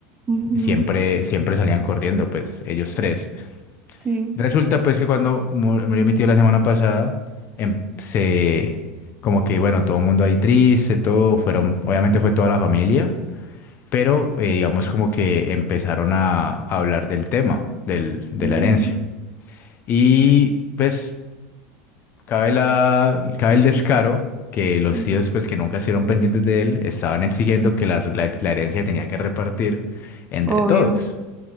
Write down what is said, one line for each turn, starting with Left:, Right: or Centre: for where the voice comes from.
Right: ujú,
Left: siempre, siempre salían corriendo, pues ellos tres.
Right: Sí.
Left: Resulta pues que cuando mu- murió mi tío la semana pasada, em- se como que bueno, todo el mundo ahí triste, todo fueron, obviamente fue toda la familia, pero eh, digamos como que empezaron a, a hablar del tema, del, de
Right: ujú,
Left: la herencia. Y pues cabe la, cabe el descaro que los
Right: ujú.
Left: tíos pues que nunca estuvieron pendientes de él estaban exigiendo que la la- la herencia tenía que repartir entre
Right: Obvio.
Left: todos.